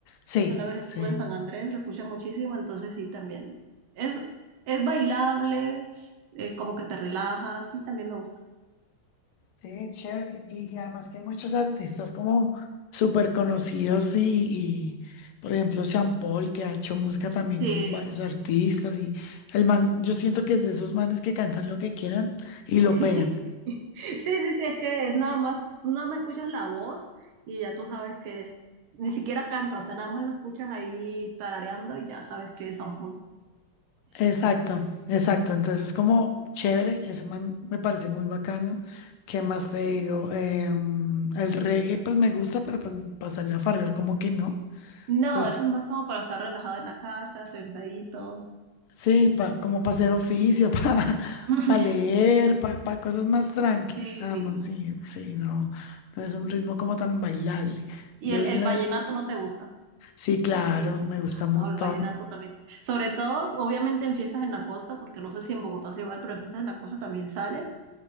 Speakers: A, on the left; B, on the right.
A: Sí,
B: Una vez estuve
A: sí.
B: en San Andrés, lo escuché muchísimo, entonces sí, también. Es, es bailable, eh, como que te relaja, sí, también me gusta.
A: Sí, es chévere. Y, y además que hay muchos artistas como súper conocidos y, y, por ejemplo, Sean Paul, que ha hecho música también
B: Sí,
A: con varios artistas. Y el man, yo siento que es de esos manes que cantan lo que quieran y lo
B: <laughs>
A: pegan.
B: Sí, sí, sí, es que es nada más, tú nada más escuchas la voz y ya tú sabes que es, ni siquiera canta, o sea, nada más lo escuchas ahí tarareando y ya sabes que es San Paul.
A: Exacto, exacto. Entonces es como chévere, ese man me parece muy bacano. ¿Qué más te digo? Em, el reggae pues me gusta, pero pues para salir a farrear como que no.
B: no,
A: Pues
B: eso es más como para estar relajado en la casa, sentadito.
A: sí, pa- como para hacer oficio, <laughs>
B: <laughs>
A: para leer, para cosas más tranquis.
B: Sí.
A: Ah, no, sí, sí, no, no es un ritmo como tan bailable.
B: ¿Y
A: Yo
B: el,
A: era
B: el
A: una-
B: vallenato no te gusta?
A: sí, claro, me gusta un
B: No,
A: montón.
B: el vallenato también. Sobre todo, obviamente en fiestas en la costa, porque no sé si en Bogotá es igual, pero en fiestas en la costa también sales.